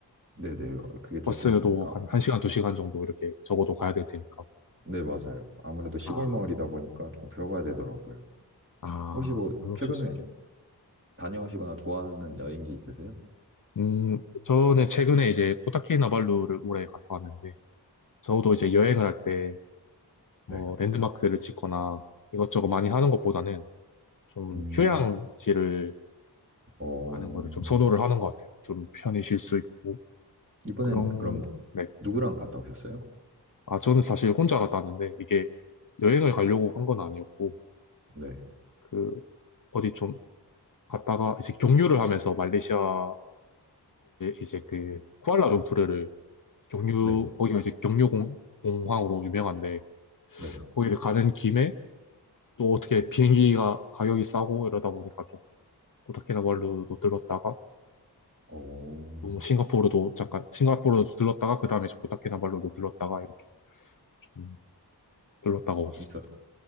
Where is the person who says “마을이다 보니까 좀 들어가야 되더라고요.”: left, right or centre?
Right